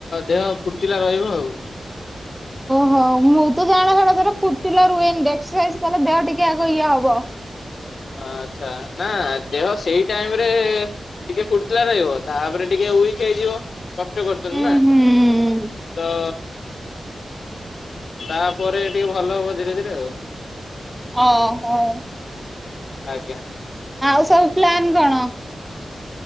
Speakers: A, on the left; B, in the centre.
A: ଦେହ ଫୁର୍ତ୍ତିଲା ରହିବ ଆଉ।
B: ହଁ ମୁଁ ତ ଜାଣେ <unintelligible> ଫୁଟିଲା ରୁହେନି, ଏକ୍ସରସାଇଜ କଲେ ଦେହ ଟିକେ ଆଗ ଇଏ ହବ।
A: ଆଛା, ନା ଦେହ ସେଇ ଟାଇମରେ ଟିକେ ଫୁର୍ତିଲା ରହିବ, ତାପରେ ଟିକେ ଉଇକ ହେଇଯିବ। କଷ୍ଟ କରୁଛନ୍ତି
B: ହୁଁ
A: ନା,
B: ହୁଁ।
A: ତ ତାପରେ ଟିକେ ଭଲ ହବ ଧୀରେ ଧୀରେ ଆଉ।
B: ହଁ - ହଁ।
A: ଆଜ୍ଞା।
B: ଆଉ ସବୁ ପ୍ଲାନ କଣ?